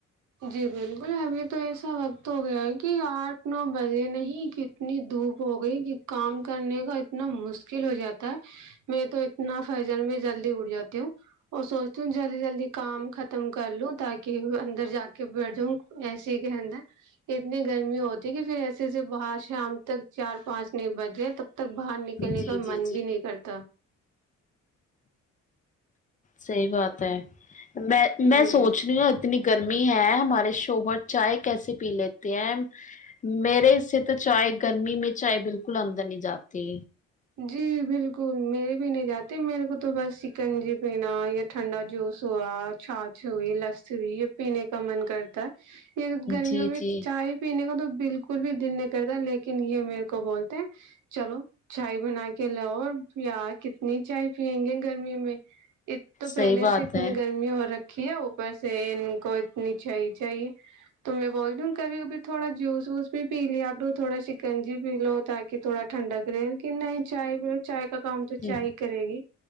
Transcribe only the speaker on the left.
جی
جی
صحی بات ہے میں میں
سوچ رہی ہوں اتنی گرمی ہے ہمارے شوہر چائے کیسے پی لیتے ہیں میرے سے تو چائے گرمی میں چائے بالکل اندر نہیں جاتی
جی
جی
صحیح بات
ہے
جی